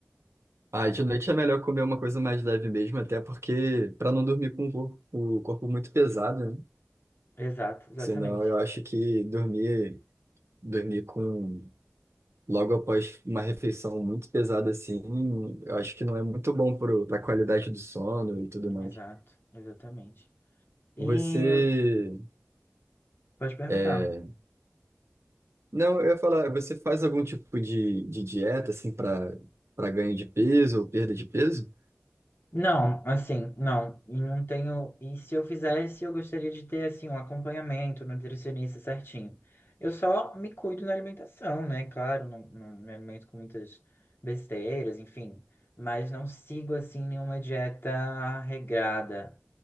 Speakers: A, on the right (about 85°); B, on the left (about 60°).
A: Ah, de noite é melhor comer uma coisa mais leve mesmo, até porque para não dormir com o cor- o corpo muito pesado, né?
B: Exato, exatamente.
A: Senão eu acho que dormir, dormir com logo após uma refeição muito pesada assim, eu acho que não é muito bom para a qualidade do sono e tudo mais.
B: Exato, exatamente. E
A: Você
B: pode perguntar.
A: é, Não, eu ia falar, você faz algum tipo de, de dieta, assim, para para ganho de peso ou perda de peso?
B: Não, assim, não. E não tenho. E se eu fizesse, eu gostaria de ter, assim, um acompanhamento, um nutricionista certinho. Eu só me cuido na alimentação, né? Claro, não, não me alimento com muitas besteiras, enfim. Mas não sigo, assim, nenhuma dieta regrada.